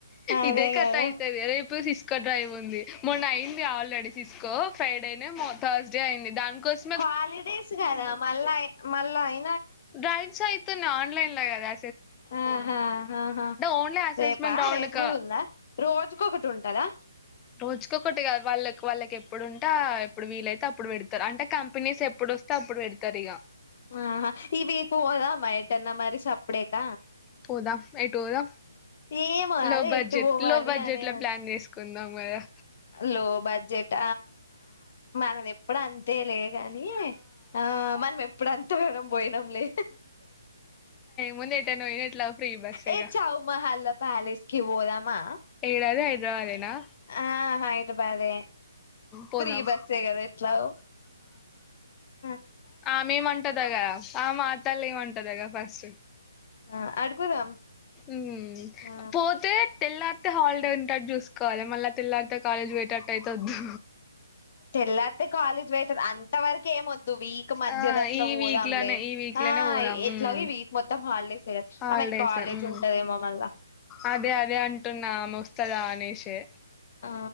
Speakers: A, on the left; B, on the left.
A: అదే
B: ఇదే కథ
A: కదా
B: అయితది రేపు సిస్ స్కో డ్రైవ్ ఉంది మొన్న అయింది ఆల్రెడీ సిస్కో ఫ్రైడేనే థర్స్డే అయింది దానికోస్
A: హాలిడేస్ కదా మళ్ళాయి మళ్ళాయి
B: డ్రైవ్స్ అయితున్నాయి ఆన్లైన్ గదా
A: ఆహాహా
B: ఓన్లీ అసెస్మెంట్
A: రేపా
B: రౌండ్
A: రేపు
B: క
A: కూడా ఉందా రోజుకు ఒకటి ఉంటదా?
B: రోజుకు ఒకటి గాద్ వ వాళ్ళకి వాళ్ళకి ఎప్పుడుంటే ఎప్పుడు వీలైతే అప్పుడు పెడతారు అంటే కంపెనీస్ ఎప్పుడు వస్తే అప్పుడు పెడతారు ఇగ
A: ఆహా ఈవికు పోదామా ఏటన్న మరి సప్పుడేక
B: పోదాం ఎటు పోదాం
A: ఏమో
B: లో
A: అదే
B: బడ్జెట్
A: ఎట్టు పోవాలి
B: లో బడ్జెట్
A: అనే
B: లో ప్లాన్ చేసుకుందాం కదా
A: లో బ డ్జెట్ మనది ఎప్పుడు అంతే లేగాని ఆ మనం ఎ ఇప్పుడుంతగానం పోయనం లే
B: ముందే ఏటన్న వెనట్ల ఫ్రీ బస్సేగా
A: ఏ చవు మహల్లా పలేస్కి పోదమా
B: ఏడది హైదరాబాద్ ఎనా
A: ఆ హైదరాబాదే
B: పోదాం
A: ప్రీ బస్సే కదా ఎట్లాగో ఆ
B: ఆమేమంటదగా ఆ మాతల్లి ఏమంటదగా ఫస్ట్
A: ఆ అడుగుదాం
B: ఉ
A: ఆ
B: పోతే తెల్లారితే హాలిడే ఉంటట్టు చూసుకోవాలి మళ్ళా తెల్లారితే కాలేజ్ పోయేటట్టు అయితే వద్దు.
A: తెల్లారితే కాలేజ్ వెయిటర్ అంత వరకి ఏమొ వీక్ మధ్యలో
B: ఆ
A: అట్లా
B: ఈ
A: పోదాంలే
B: వీక్ లోనే ఈ వీక్
A: ఆ
B: లోనే పోదాం
A: ఎట్లాగ
B: ఉమ్,
A: ఈ వీక్ మొత్తం హాలిడేస్ గదా
B: హాలిడేస్
A: ఆమె కాలేజ్
B: ఉమ్,
A: ఉంటదేమో మళ్ళా
B: అదే అదే అంటున్నా ఆమె వస్తదా అనేషే
A: ఆ